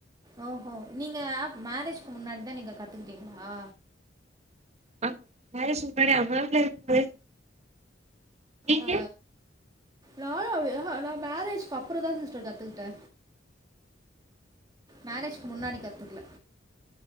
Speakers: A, on the right; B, on the right.
A: ஓ ஓ நீங்க மேரேஜ்கு முன்னாடிதா நீங்க கத்துக்கிட்டீங்களா
B: அ மேரேஜுக்கு முன்னாடி அம்மா வீட்ல இருக்கும் போதே நீங்க
A: ஆ நானு அப்டிதா நா மேரேஜ்க்கு அப்றோ தா சிஸ்டர் கத்துக்கிட்டே மேரேஜ்க்கு முன்னாடி கத்துக்கல